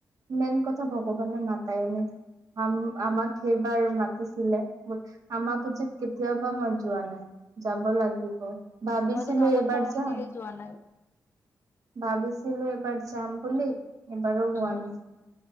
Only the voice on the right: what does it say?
মেইন কথা ভগৱানে মাতাই নাই। আমাক সেইবাৰ মাতিছিলে আমাৰ পুথিত কেতিয়াওাবা মই যোৱা নাই। যাব লাগিব। ভাবিছিলো
এইবাৰ
যাম
ভাবিছিলো এইবাৰ যাম বুলি এবাৰো হোৱা
নাই।